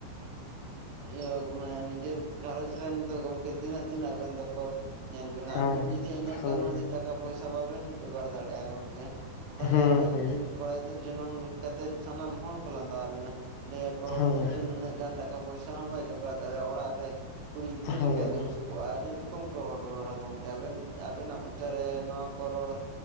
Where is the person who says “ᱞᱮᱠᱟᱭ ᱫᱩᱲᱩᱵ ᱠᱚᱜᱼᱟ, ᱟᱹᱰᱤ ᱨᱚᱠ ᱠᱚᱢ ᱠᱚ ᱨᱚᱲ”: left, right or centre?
Right